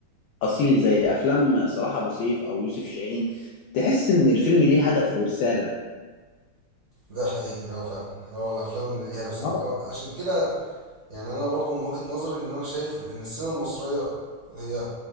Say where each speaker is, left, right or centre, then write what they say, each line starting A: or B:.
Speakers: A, on the left; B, on the right.
A: اصيل زي افلام صلاح ابو سيف او يوسف شاهين تحس ان الفيلم ليه هدف ورساله
B: ده حقيقي اه فعلا هو الافلام اللي ليها نفسها
A: اه
B: عشان كده يعني انا برضو من وجهه نظري ان انا شايف ان السينما المصريه هي